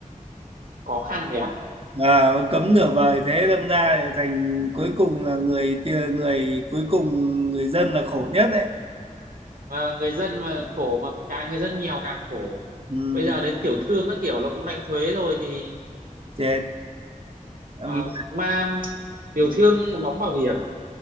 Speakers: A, on the right; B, on the right.
A: khó khăn nhỉ
B: à, cấm nửa vời thế đâm ra lại thành cuối cùng là người tia- người cuối cùng người dân là khổ nhất đấy
A: mà người dân mà khổ mà càng người dân nghèo càng khổ
B: ừ,
A: bây giờ đến tiểu thương các kiểu nó cũng đánh thuế rồi thì
B: chết Ừm,
A: ờ, mà tiểu thương đóng bảo hiểm